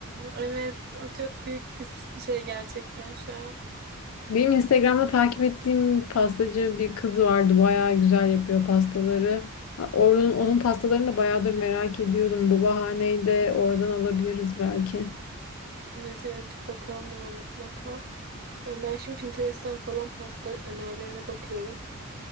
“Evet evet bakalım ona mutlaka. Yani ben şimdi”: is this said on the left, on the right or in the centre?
Right